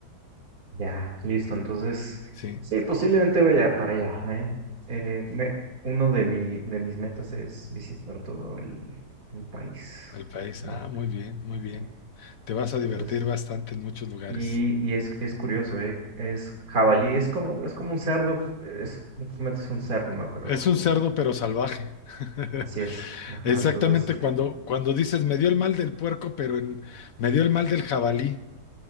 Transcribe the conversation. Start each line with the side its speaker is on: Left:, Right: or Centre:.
Right: Ya, listo. Entonces,
Left: Sí.
Right: sí, posiblemente vaya para allá, ¿eh? Eh, me- uno de mi, de mis metas es visitar todo el, el país,
Left: al país.
Right: ¿no?
Left: Ah, muy bien, muy bien.
Right: Eh,
Left: Te vas a
Right: Entonces,
Left: divertir bastante en muchos lugares.
Right: y, y es, es curioso, ¿eh? Es jabalí, es como, es como un cerdo, es, prácticamente es un cerdo, ¿no? Pero
Left: Es un
Right: con
Left: cerdo, pero salvaje. <laughs>
Right: así es. Ajá,
Left: Exactamente
Right: entonces,
Left: cuando, cuando dices, me dio el mal del puerco, pero en- me dio el mal del jabalí.